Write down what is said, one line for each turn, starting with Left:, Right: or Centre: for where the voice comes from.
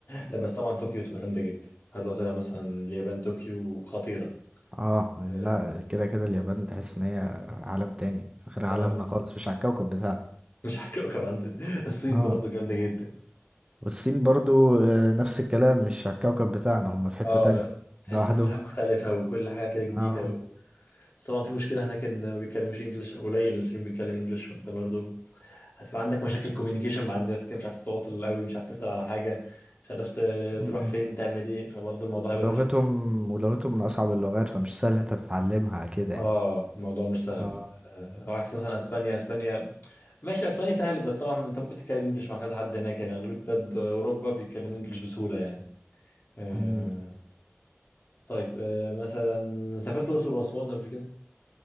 Left: لا بس طبعا طوكيو تبقى جامدة جدا هاد لو طلع مثلا اليابان طوكيو خطيرة
Right: اه
Left: اه
Right: لا كده كده اليابان تحس ان هي عالم تاني غير عالمنا
Left: آه،
Right: خالص مش على الكوكب بتاعنا
Left: مش <laughs> على الكوكب عندنا <laughs> الصين
Right: اه
Left: برضو جامدة جدا
Right: والصين برضو آه، نفس الكلام مش على الكوكب بتاعنا هم في حتة
Left: اه
Right: تانية
Left: تحس
Right: لوحدهم
Left: ان كل حاجة مختلفة وكل حاجة كده جديدة
Right: اه
Left: و... بس طبعا في مشكلة هناك ان ما بيتكلموش انجلش او قليل اللي فيهم بيتكلم انجلش فانت برضو هتبقى عندك مشاكل كوميونيكيشن مع الناس كده مش عارف تتواصل قوي مش عارف تسأل على حاجة مش عارف ت-
Right: مم.
Left: تروح فين تعمل ايه فبرضو الموضوع هيبقى
Right: ولغتهم ولغتهم من أصعب اللغات فمش سهل إن انت تتعلمها كده يعني
Left: اه الموضوع مش سهل
Right: اه
Left: آه، عكس مثلا اسبانيا اسبانيا ماشي الاسباني سهل بس طبعا انت ممكن تتكلم انجلش مع كذا حد هناك يعني اغلبيه بلاد اوروبا بيتكلموا انجلش بسهوله يعني آه
Right: مم.
Left: طيب آه مثلا سافرت الاقصر واسوان قبل كده